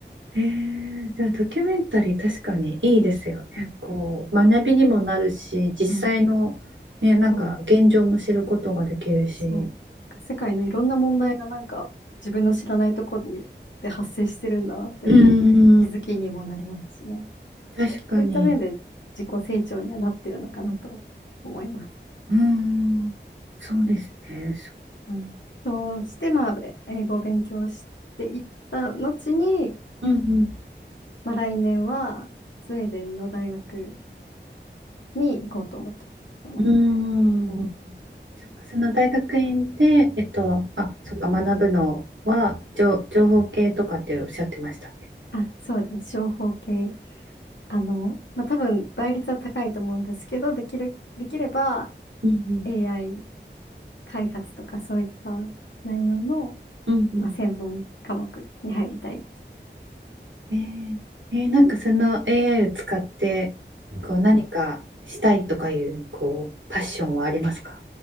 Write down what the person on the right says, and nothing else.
えー、じゃあドキュメンタリー確かにいいですよね。
こう学びにもなるし、実際の、
ね、なんか現状も知ることができるし、
うん確かに、
うん、そうですね。そ
うん
うんうん
そっか、その大学院で、えっと、あ、そっか、学ぶのは情、情報系とかっておっしゃってましたっけ
うん
うんうん
うんえー、えーなんかその AI を使ってこう何かしたいとかいうこうパッションはありますか